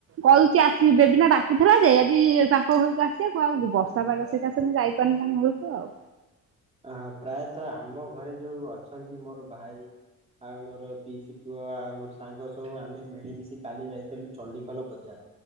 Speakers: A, on the right (about 50°); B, on the right (about 20°).
A: କହୁଛି ଆସ ବେବିନା ଡାକୁଥିଲା ଯେ ଆଜି ତାଙ୍କ ଘରକୁ ଆସିବାକୁ ଆଉ ବର୍ଷା ପାାଗ ସକାଶେ ମୁ ଯାଇ ପାରିନି ତାଙ୍କ ଘରୁକୁ ଆଉ।
B: ଅ ପ୍ରାୟତଃ ଆମ ଘରେ ଯୋଉ ଅଛନ୍ତି ମୋର ଭାଇ ଆଉ ମୋର ପିଇସି ପୁଅ ଆଉ ମୋର ସାଙ୍ଗ ସବୁ ଆମେ ମିଳିମିଶି କାଲି ଯାଇଥିଲୁ ଚଣ୍ଡିଖୋଲ ବଜାର